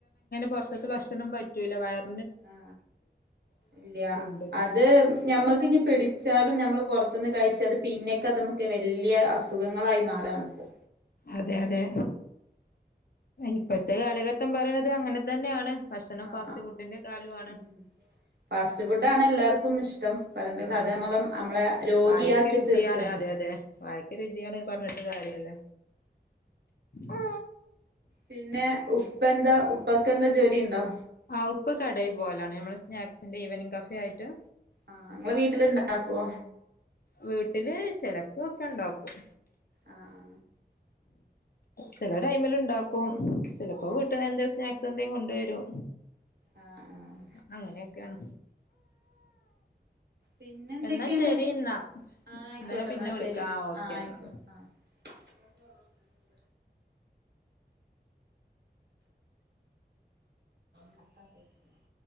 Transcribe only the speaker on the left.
പൊറത്തിത്തെ ഭക്ഷണം പറ്റൂല വയർ
ഉണ്ട്
അതെ അതെ ഇപ്പോഴത്തെ കാലഘട്ടം പറയണത് അങ്ങനെ തന്നെയാണ് ഭക്ഷണം
ഫാസ്റ്റ് ഫുഡിന്റെ കാലമാണ്
അതാണ്
വായക്ക് രുചിയാണ്
അതെ അതെ വായക്ക് രുചിയാണ് പറഞ്ഞിട്ട് കാര്യ ഇല്ല ആ
ആ ഉപ്പ കടേ പോലാണ് നമ്മള് സ്നാക്സിന്റെ ഈവനിങ് കഫായി ട്ട്
വീട്ടില് ചെലപ്പൊക്കെ ണ്ടാക്കും
ചെലെ ടൈമിലിണ്ടാക്കും ചെലപ്പോ വീട്ട എന്തേ സ്നാക് സെന്തേ കൊണ്ടേരും
അങ്ങനെക്കെണ്
എന്നാ ശെരി ന്നാ
ഇന്ന ഞാ പിന്നെ
വിളിക്കാം
ആ ഓക്കെന്ന